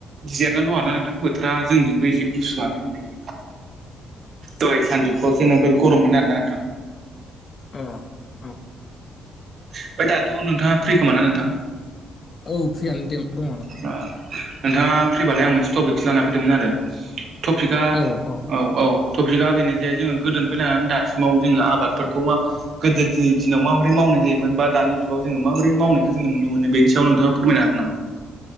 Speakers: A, on the right (about 60°); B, on the left (about 35°).
A: बिजिरनानै दङ आरोना नोंथां बोथोरा जोंथिंबो एसे गुसुआनो होनजायो। दहा सानजुफुवासो नोगोद गरममोन आरो ना नोंथां।
B: अ औ
A: ओमफ्राय दाथ' नोंथाङा फ्रि खोमा ना नोंथां
B: औ फ्रियानो दे दंङ नोंथां।
A: नोंथांङा फ्रिबालाय आं मोनसे टपिकसो लाना फैदोंमोन आरो टपिकआ
B: औ औ
A: औ-औ! टपिकआ बेनो जे जोङो गोदोनिफाय नायनै दासिमाव जोंङो आबादफोरखौ मा गोदोनि दिनाव माबोरै मावनाय जायोमोन बा दानि जुगाव जोङो माबोरै मावनायखौ जोंङोनो मोनो बेनि सायाव नोंथाङा फोरमनो हागोन नामा?